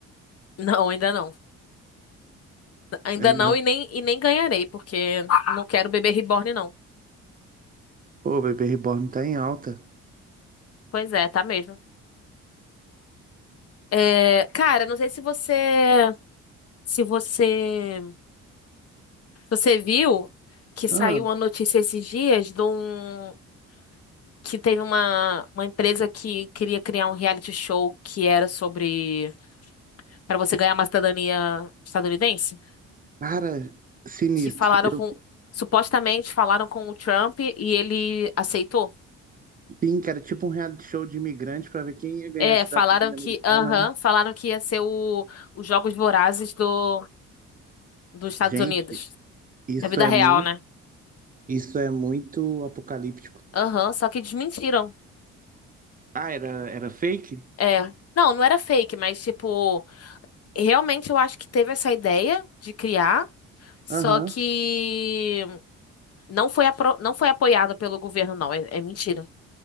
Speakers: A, on the left (about 55°); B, on the right (about 30°).
A: Não, ainda não. Ainda
B: Ainda.
A: não e nem, e nem ganharei, porque não quero bebê reborn, não.
B: Pô, o bebê reborn tá em alta.
A: Pois é, tá mesmo. É, cara, não sei se você. Se você. Você viu que saiu
B: Ah,
A: uma notícia esses dias de um que teve uma, uma empresa que queria criar um reality show que era sobre para você ganhar uma cidadania estadunidense?
B: cara, sinistro.
A: Que falaram
B: Eu
A: com supostamente falaram com o Trump e ele aceitou?
B: sim, que era tipo um reality show de imigrante pra ver quem ia ganhar
A: É,
B: a cidadania
A: falaram que
B: americana,
A: aham,
B: né?
A: falaram que ia ser o, os Jogos Vorazes do dos Estados
B: Gente,
A: Unidos,
B: isso
A: da vida
B: é
A: real,
B: muito,
A: né?
B: isso é muito apocalíptico.
A: Aham, só que desmentiram.
B: Ah, era, era fake?
A: É. Não, não era fake, mas tipo Realmente eu acho que teve essa ideia de criar, só
B: Aham.
A: que não foi, apro- não foi apoiada pelo governo, não. É, é mentira.